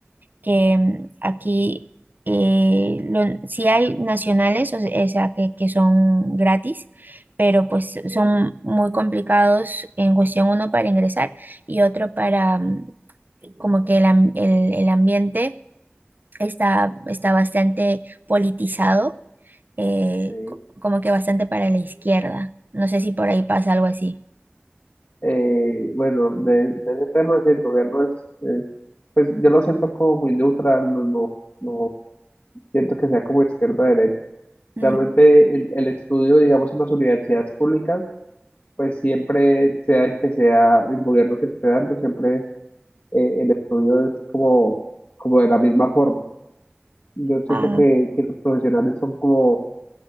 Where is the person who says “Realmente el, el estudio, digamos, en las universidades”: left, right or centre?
Left